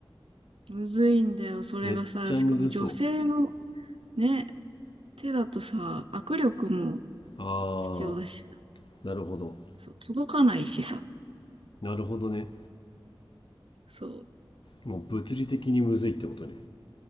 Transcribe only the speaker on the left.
めっちゃむずそ
う。あ
なるほど。
なるほどね。
もう物理的にむずいってことね。